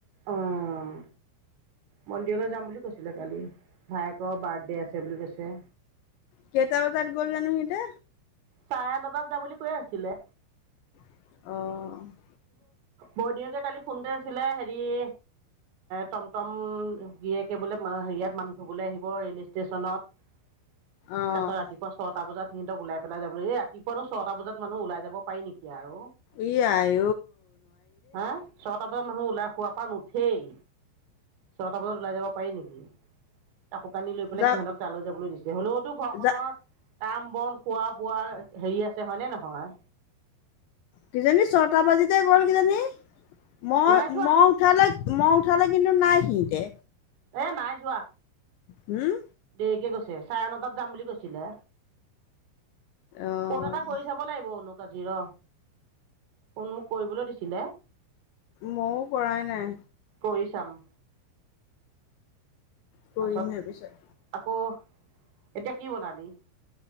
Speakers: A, on the right; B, on the left.
A: অঁ মন্দিৰলৈ যাম বুলি কৈছিলে কালি, ভায়েকৰ বাৰ্থডে আছে বুলি কৈছে।
B: কেইটা বজাত গ'ল জানো সিহঁতে।
A: চাৰে নটাত যাম বুলি কৈ আছিলে।
B: অ'।
A: বৰদিনকে কালি ফোন কৰি আছিলে হেৰি এ, টম টম গিৰিয়েকে বোলে মা-হেৰিয়াত মানুহ থবলৈ আহিব ৰেল ষ্টেচনত। তাৰপিছত
B: অ'।
A: ৰাতিপুৱা ছটা বজাত সিহঁতক ওলাই পেলাই যাবলৈ, এ, ৰাতিপুৱা ছয়টা বজাত মানুহ ওলাই যাব পাৰি নেকি আৰু?
B: ইয়াই।
A: অ', ছটা বাজাত মানুহ ওলাই সুৱাৰ পৰা নুঠেই। ছটা বজাত ওলাই যাব পাৰি নেকি? কাপোৰ কানি লৈ পেলাই
B: যাওক
A: সিহঁতক তালৈ যাবলৈ দিছে। হ'লেওতো ঘৰখনৰ
B: যা
A: কাম বন, খোৱা বোৱা হেৰি আছে হয়নে নহয়?
B: কিজনী ছটা বাজিতে গ'ল কিজানী, মই-মই
A: নাই যোৱা
B: উঠালে মই উঠালে কিন্তু নাই সিহঁতে।
A: এ, নাই যোৱা।
B: হুম?
A: দেৰিকে কৈছে, চাৰে নটাত যাম বুলি কৈছিলে।
B: অ'।
A: ফোন এটা কৰি চাব লাগিব অনুক আজি ৰ। ফোন মোক কৰিবলৈ দিছিলে,
B: ময়ো কৰাই নাই
A: কৰি চাম।
B: কৰিমহে
A: পাছত
B: পিছত।
A: আকৌ এতিয়া কি বনাবি।